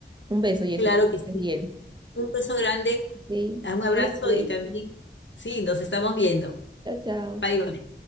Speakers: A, on the right; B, on the left.
A: Un beso, Jessica.
B: claro que
A: Que estés
B: sí.
A: bien.
B: Un beso grande,
A: Sí.
B: un abrazo
A: Cuídate.
B: y también, sí, nos estamos viendo.
A: Chao, chao.
B: Bye, bye.